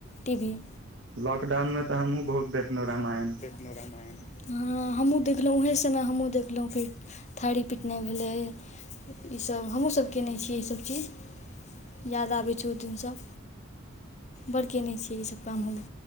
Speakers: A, on the left; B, on the right.
A: टी भी
B: लॉकडाउन मऽ तऽ हमहुँ बहुत देखलहुँं रामायण
A: हँ हमहूँ देखलहुँ उएहे समय हमहूँ देखलहुँ फेर थारी पीटनाइ भेलै इसभ हमहूँसभ कयने छियै इसभ चीज याद आबैत छै ओ दिनसँ बड़के नहि छियै ईसभ काम हम